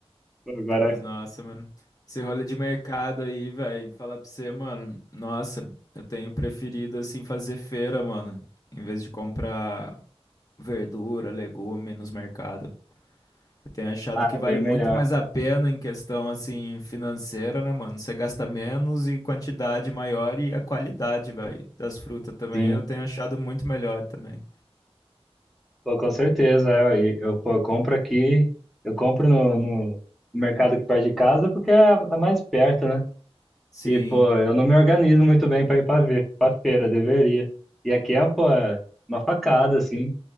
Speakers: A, in the centre; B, on the left.
A: Pô, Agora,
B: Mas, Nossa, mano. Esse rolê de mercado aí, velho. Falar pra você, mano. Nossa, eu tenho preferido, assim, fazer feira, mano. Em vez de comprar verdura, legume nos mercados. Eu tenho achado
A: ah,
B: que
A: é
B: vale
A: bem melhor.
B: muito mais a pena em questão, assim, financeira, né, mano? Você gasta menos e quantidade maior e a qualidade, velho, das frutas também.
A: Sim,
B: Eu tenho achado muito melhor também.
A: pô, com certeza. Eu, eu, pô, eu compro aqui, eu compro no, no mercado que perto de casa porque é a a mais perto, né?
B: Sim,
A: E, pô, eu não me organizo muito bem para ir para ver, para feira, deveria. E aqui é, pô, é uma facada, assim.